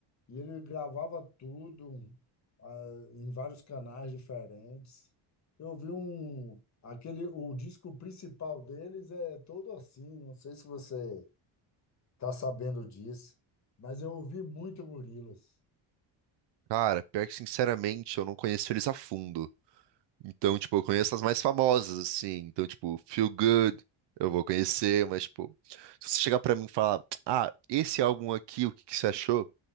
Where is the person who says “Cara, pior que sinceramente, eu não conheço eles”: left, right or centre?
Right